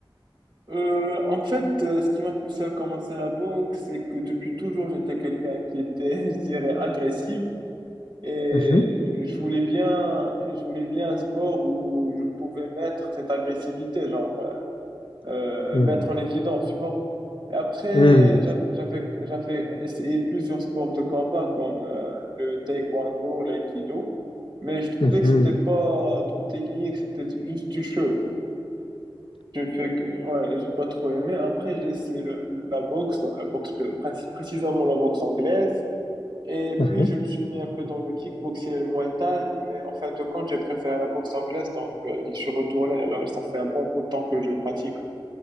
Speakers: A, on the right; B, on the left.
A: Euh, en fait, euh, ce qui m'a poussé à commencer la boxe, c'est que depuis toujours, j'étais quelqu'un qui était, <laughs> je dirais, agressif et
B: Mhm.
A: je voulais bien, je voulais bien un sport où je pouvais mettre cette agressivité, genre, euh,
B: Hmm.
A: euh, mettre en évidence, tu vois. Et après,
B: Hmm.
A: j'a- j'avais, j'avais essayé plusieurs sports de combat comme euh, le taekwondo, l'aïkido, mais je trouvais
B: Mhm.
A: que c'était pas trop technique, c'était juste du show. J'ai fait que, ouais, j'ai pas trop aimé. Après, j'ai essayé le- la boxe, la boxe, euh, précis- précisément la boxe anglaise. Et puis,
B: Ah.
A: je me suis mis un peu dans le kickboxing et le muay thai. Mais en fin de compte, j'ai préféré la boxe anglaise. Donc, euh, j'y suis retourné. Et là, ça fait un bon bout de temps que je pratique.